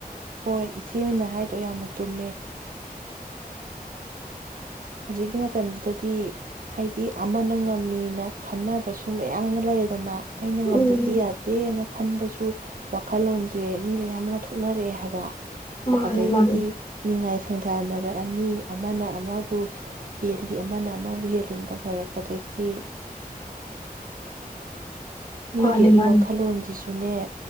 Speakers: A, on the right (about 65°); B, on the left (about 40°).
A: ꯍꯣꯏ ꯏꯆꯦ ꯑꯣꯏꯅ ꯍꯥꯏꯗꯣ ꯌꯥꯝꯅ ꯆꯨꯝꯃꯦ ꯍꯧꯖꯤꯛꯀꯤ ꯃꯇꯝꯖꯤꯗꯗꯤ ꯍꯥꯏꯗꯤ ꯑꯃꯅ ꯉꯝꯃꯤꯅ ꯈꯟꯅꯕꯁꯨ ꯃꯌꯥꯝ ꯑꯃ ꯂꯩꯔꯦꯗꯅ꯫ ꯑꯩꯅ ꯉꯝꯗꯗꯤ
B: ꯎꯝ
A: ꯌꯥꯗꯦꯅ ꯈꯟꯕꯁꯨ ꯋꯥꯈꯜꯂꯣꯟꯁꯦ ꯃꯤ ꯃꯌꯥꯝ ꯑꯃ ꯊꯣꯛꯅꯔꯛꯑꯦ ꯍꯥꯏꯕ꯫
B: ꯃꯥꯅꯦ
A: ꯑꯗꯒꯤꯗꯤ
B: ꯃꯥꯅꯦ
A: ꯅꯤꯡꯉꯥꯏ ꯁꯪꯊꯅꯔꯛꯑꯅꯤ ꯑꯃꯅ ꯑꯃ ꯍꯦꯜꯂꯤ ꯑꯃꯅ ꯑꯃꯕꯨ ꯍꯦꯜꯂꯤꯅ ꯇꯧꯅꯔꯛꯄꯗꯒꯤ ꯃꯤꯒꯤꯒꯤ
B: ꯃꯥꯅꯦ ꯃꯥꯅꯦ
A: ꯋꯥꯈꯜꯂꯣꯟꯁꯤꯁꯨꯅꯦ